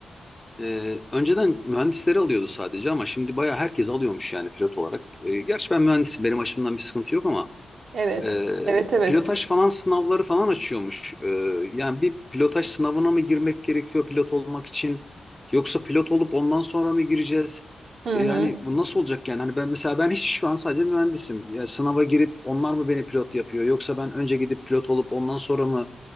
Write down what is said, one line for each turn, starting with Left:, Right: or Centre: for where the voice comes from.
Left: Ee, önceden mühendisleri alıyordu sadece ama şimdi bayağı herkes alıyormuş yani pilot olarak. Ee, gerçi ben mühendisim benim açımdan bir sıkıntı yok ama
Right: Evet.
Left: e,
Right: Evet evet.
Left: pilotaj falan sınavları falan açıyormuş. Ee, yani bir pilotaj sınavına mı girmek gerekiyor pilot olmak için yoksa pilot olup ondan sonra mı gireceğiz?
Right: Hı
Left: Ee,
Right: hı.
Left: yani bu nasıl olacak yani? Hani ben mesela ben hiç şu an sadece mühendisim. Ya sınava girip onlar mı beni pilot yapıyor yoksa ben önce gidip pilot olup ondan sonra mı